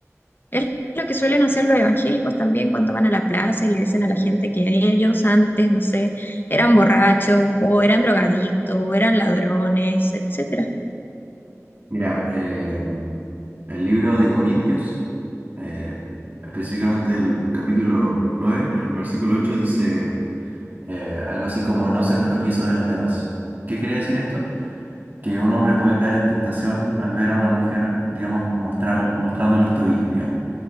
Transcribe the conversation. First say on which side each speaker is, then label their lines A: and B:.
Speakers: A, on the left; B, on the right.
A: Es lo que suelen hacer los evangélicos también cuando van a la plaza y le dicen a la gente que ellos antes, no sé, eran borrachos o eran drogadictos o eran ladrones, etcétera.
B: Mira, eh, el libro de Corintios. eh, específicamente el capítulo 9 en el versículo 8 dice eh, algo así como no ser tropiezo de los demás. ¿Qué quiere decir esto? Que un hombre puede caer en tentación al ver a una mujer, digamos, mostrar, mostrando los tobillos, digamos.